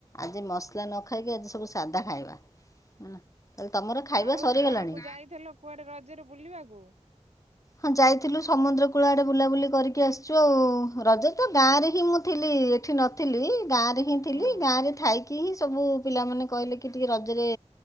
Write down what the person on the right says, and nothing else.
ଆଉ
ଗାଁକୁ ଯାଇଥିଲୁ କୁଆଡ଼େ ରଜରେ ବୁଲିବାକୁ।
ହଁ